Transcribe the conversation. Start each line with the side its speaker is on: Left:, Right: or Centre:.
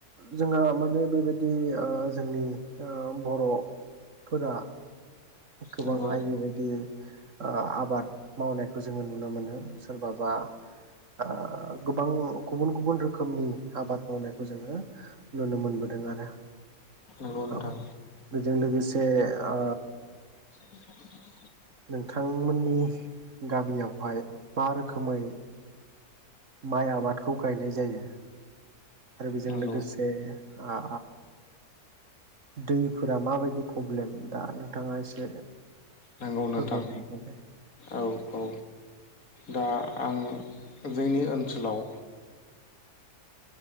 Right: जोंहा माने बेबायदि ओ जोंनि ओ बर' फोरा गोबांहाय
Left: नंगौ नोंथां नंगौ
Right: बेबायदि आबाद मावनायखौ जोङो नुनो मोनो सोरबाबा आ गोबां गुबुन गुबुन रोखोमनि आबाद मावनायखौ जोङो नुनो मोनबोद दों आरो
Left: नंगौ नोथां
Right: औ बेजों लोगोसे ओ
Left: <inaudible>
Right: नोंथांमोननि गामियावहाय मा रोखोमै माइ आबादखौ गायनाय जायो आरो बेजों
Left: नंगौ
Right: लोगोसे आ दैफोरा माबायदि फ्रब्लेम दा नोंथाङा एसे
Left: नंगौ
Right: फोरमायनो
Left: नोंथां
Right: हागोन दे
Left: औ औ दा आं जोंनि ओनसोलाव